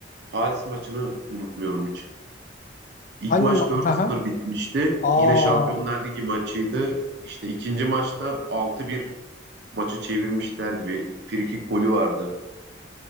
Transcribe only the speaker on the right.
Paris maçını unutmuyorum hiç. İlk
maç
4-0
bitmişti.
Yine Şampiyonlar Ligi maçıydı. İşte ikinci maçta 6-1 maçı çevirmişlerdi. Bir frikik golü vardı